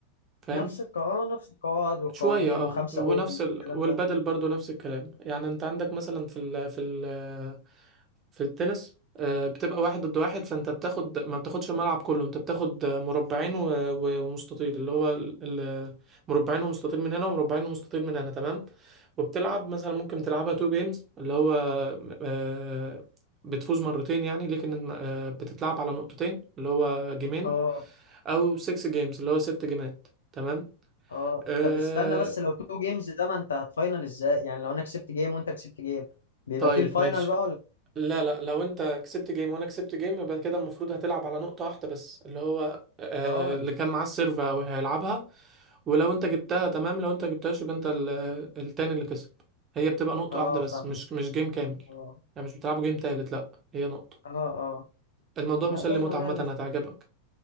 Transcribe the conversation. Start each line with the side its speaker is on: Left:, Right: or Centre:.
Right: فاهم
Left: نفس الق... اه نفس القواعد والقوانين
Right: شوية اه
Left: وخمسة
Right: ونفس
Left: اوم
Right: ال...
Left: والكلام
Right: والبدل
Left: ده
Right: برضو نفس الكلام يعني انت عندك مثلا في ال... في ال... في التنس آه، بتبقى واحد ضد واحد فانت بتاخد ما بتاخدش الملعب كله انت بتاخد مربعين و- و- ومستطيل اللي هو ال- ال- مربعين ومستطيل من هنا ومربعين ومستطيل من هنا تمام وبتلعب مثلا ممكن تلعبها تو جيمز اللي هو آه، بتفوز مرتين يعني لكن آه، بتتلعب على نقطتين اللي هو جيمين
Left: اه
Right: او 6 جيمز اللي هو ست جيمات تمام
Left: اه
Right: آه،
Left: طب استنى بس لو تو جيمز ده ما انت هتفاينل ازاي يعني لو انا كسبت جيم وانت كسبت جيم بيبقى
Right: طيب
Left: فيه الفاينل
Right: ماشي
Left: بقى ولا
Right: لا لا لو انت كسبت جيم وانا كسبت جيم يبقى كده المفروض هتلعب على نقطة واحدة بس اللي هو آه
Left: اه
Right: اللي كان معاه السيرفر او هيلعبها ولو انت جبتها تمام لو انت جبتهاش يبقى انت ال- التاني اللي كسب هي بتبقى نقطة
Left: اه
Right: واحدة بس
Left: فاهم
Right: مش مش جيم كامل
Left: اه
Right: يعني مش بتلعبوا جيم تالت لا هي نقطة
Left: اه اه
Right: الموضوع
Left: لا
Right: مسلي
Left: باين
Right: موت
Left: عليها
Right: عامة هتعجبك